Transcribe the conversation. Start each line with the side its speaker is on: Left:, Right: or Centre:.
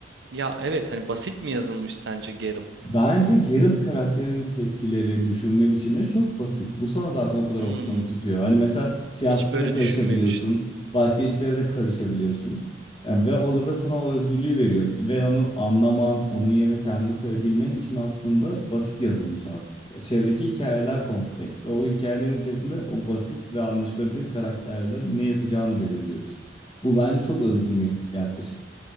Right: Ya evet hani basit mi yazılmış sence Geralt?
Left: Bence Geralt karakterinin tepkileri, düşünme biçimleri çok basit. Bu sana zaten o kadar
Right: Hmm,
Left: opsiyon tutuyor. Hani mesela siyasete
Right: hiç böyle
Left: de karışabiliyorsun,
Right: düşünmemiştim.
Left: başka işlere de karışabiliyorsun. Yani ve olur da sana o özgürlüğü veriyor. Ve onu anlaman, onun yerine kendini koyabilmen için aslında basit yazılmış aslında. Çevredeki hikayeler kompleks ve o hikayelerin içerisinde o basit ve anlaşılabilir karakterle ne yapacağını belirliyorsun. Bu bence çok özgün bir yaklaşım.